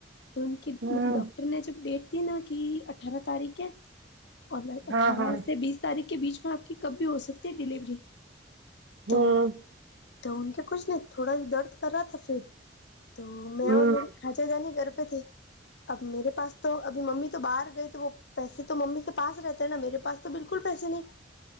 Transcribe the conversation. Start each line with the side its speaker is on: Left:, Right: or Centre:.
Left: تو ان کے
Right: ہوں ہوں
Left: مطلب ڈاکٹر- نے جب ڈیٹ تھی نا کہ اٹھارہ تاریخ ہے اور
Right: ہاں
Left: اٹھارہ
Right: ہاں
Left: سے بیس تاریخ کے بیچ میں آپ کی کب بھی ہو سکتی ہے ڈلیوری
Right: ہوں
Left: تو- تو ان کے کچھ نہیں تھوڑا ہی درد کر رہا تھا پھر تو میں
Right: ہوں
Left: اور میرے- خچے جاانی گرپے تھے- اب میرے پاس تو ابھی ممی تو باہر گئی تو وہ پیسے تو ممی کے پاس رہتے ہیں نا میرے پاس تو بالکل پیسے نہیں